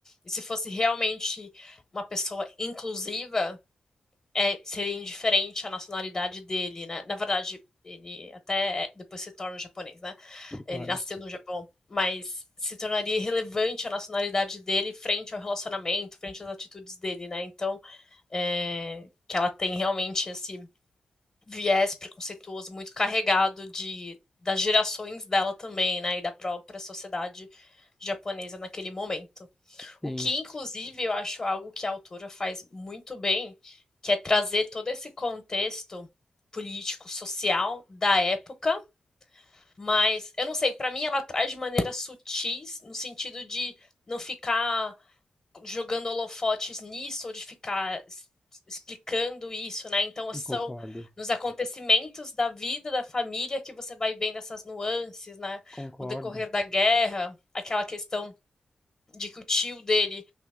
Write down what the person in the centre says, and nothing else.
se torna.
Sim,
eu
concordo.
Concordo.